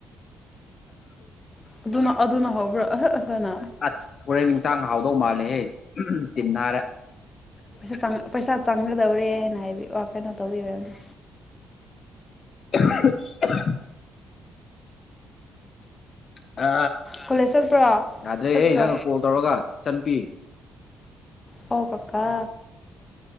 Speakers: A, on the left; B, on the left.
A: ꯑꯗꯨꯅ ꯑꯗꯨꯅ ꯍꯧꯕ꯭ꯔꯥ ꯑꯍ ꯑꯍꯅ
B: ꯑꯁ ꯍꯣꯔꯦꯟ ꯏꯟꯁꯥꯡ ꯍꯥꯎꯗꯧ ꯃꯥꯜꯂꯦꯍꯦ ꯇꯤꯟꯟꯅꯔꯦ
A: ꯩ ꯄꯩꯁꯥ ꯆꯪꯒꯗꯧꯔꯦꯅ ꯍꯥꯏꯕꯤ ꯀꯩꯅꯣ ꯇꯧꯕꯤꯔꯝꯅꯦ
B: ꯍꯦ ꯑ
A: ꯀꯣꯂꯦꯖ ꯆꯠꯠꯇ꯭ꯔꯣ
B: ꯌꯥꯗ꯭ꯔꯦꯍꯦ
A: ꯆꯠꯇ꯭ꯔꯣ
B: ꯅꯪꯒ ꯀꯣꯜ ꯇꯧꯔꯒ ꯆꯟꯕꯤ
A: ꯍ ꯀꯀꯥ